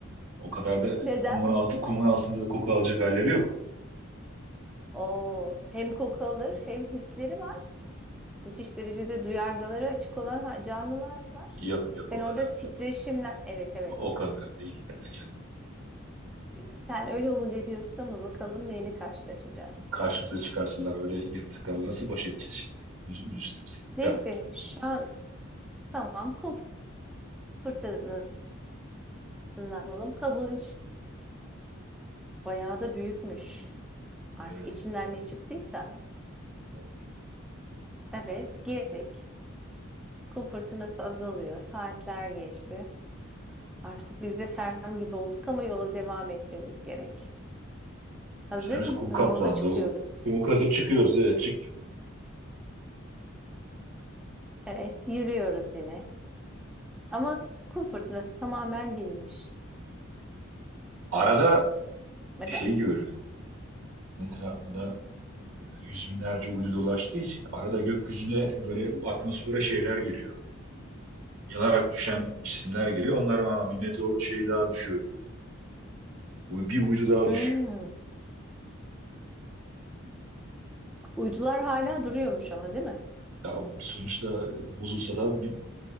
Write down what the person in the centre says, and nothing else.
<laughs> Neden?
Oo, hem koku alır hem hisleri var. Müthiş derecede duyargaları açık olan ha- canlılar var.
Sen
orada titreşimden
evet evet
sen öyle umut ediyorsun ama bakalım neyle karşılaşacağız.
Neyse
şu an tamam kum fırtınasından alalım. Kabuğun iç bayağı da büyükmüş. Artık
içinden ne çıktıysa.
Evet girdik. Kum fırtınası azalıyor. Saatler geçti. Artık biz de sersem gibi olduk ama yola devam etmemiz gerek. Hazır
mısın?
Yola çıkıyoruz.
Evet, yürüyoruz yine. Ama kum fırtınası tamamen dinmiş.
Evet.
Hmm.
Uydular hala duruyormuş ama değil mi?